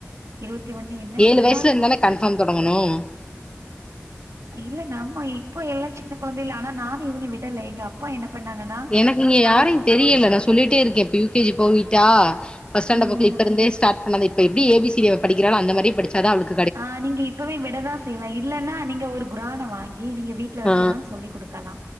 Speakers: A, on the right (about 80°); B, on the left (about 20°).
A: இருவத்தி ஒன்னு என்ன
B: ஏழு
A: எத்தனாவது
B: வயசுல இருந்து
A: மா
B: தானே கன்ஃபார்ம் தொடங்கணு <inaudible>
A: இல்ல நம்ப இப்போ எல்லா சின்ன கொழந்தேல ஆனா நானு இவன விடல எங்க அப்பா என்ன பண்ணாங்கன்னா
B: எனக்கு இங்க
A: அவன்
B: யாரயு தெரியல நா சொல்லிட்டேருக்கே இப்போ யூ கே ஜி பொய்யிட்டா ஃபஸ்டாண்ட்டு
A: ம்
B: புக்
A: ம்
B: இப்பருந்தே ஸ்டார்ட் பண்ணாதா இப்ப எப்டி ஏ பி சி டி அவ படிக்றா அந்த மாரியே படிச்சாதா அவ்ளுக்கு
A: ஆ நீங்க இப்பவே விடதா செய்யலா இல்லன்னா நீங்க ஒரு குரான வாங்கி நீங்க வீடல
B: ஆ
A: வச்சுன்னாலு சொல்லி குடுக்கலா